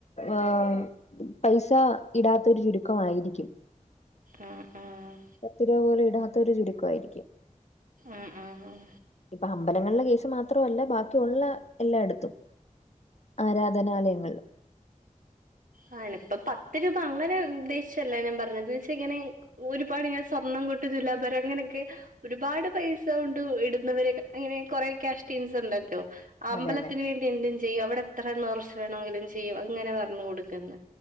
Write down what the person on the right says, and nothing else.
ആഹ ആഹ
ആഹ് ആഹ് ആഹ്.
ആ ഇപ്പ പത്ത് രൂപ അങ്ങനെ ഉദ്ദേശിച്ചല്ലേ ഞാൻ പറഞ്ഞത് വെച്ച ഇങ്ങനെ. ഒരുപാടിങ്ങനെ സ്വർണ്ണം കൊട്ട് ദുലഭാരം അങ്ങനെയൊക്കെ. ഒരുപാട് പൈസ കൊണ്ട് ഇടുന്നവരെ അങ്ങനെ കൊറെ ക്യാഷ് ടീംസ് ഉണ്ടല്ലോ. അമ്പലത്തിന്
വേണ്ടി എന്തും ചെയ്യും അവിടെ എത്ര നേർച്ച വേണമെങ്കിലും ചെയ്യും. അങ്ങനെ പറഞ്ഞു കൊടുക്കന്ന്